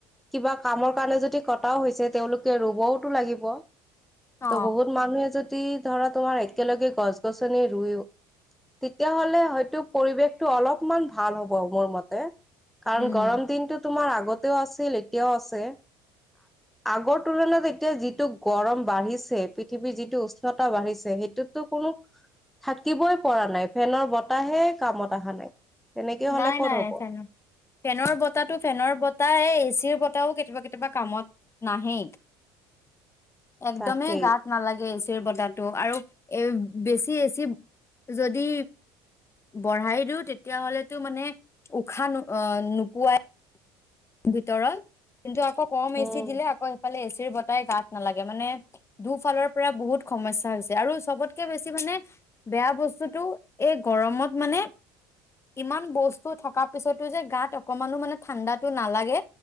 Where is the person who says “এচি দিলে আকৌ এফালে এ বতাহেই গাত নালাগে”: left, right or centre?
Left